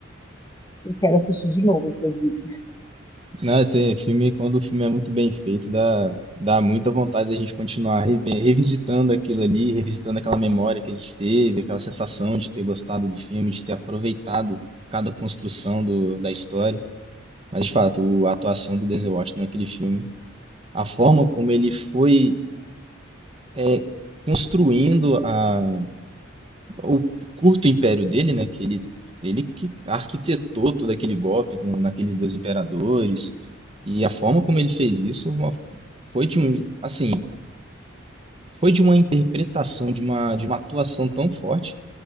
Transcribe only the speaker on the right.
Não, é, tem filme, quando o filme é muito bem feito, dá, dá muita vontade da gente continuar revi- revisitando aquilo ali, revisitando aquela memória que a gente teve, aquela sensação de ter gostado do filme, de ter aproveitado cada construção do, da história. Mas, de fato, o- a atuação do Denzel Washington naquele filme, a forma como ele foi é, construindo a, o curto império dele, né? Que ele, ele que arquitetou todo aquele golpe com, naqueles dois imperadores. E a forma como ele fez isso uma- foi de um, assim, foi de uma interpretação, de uma, de uma atuação tão forte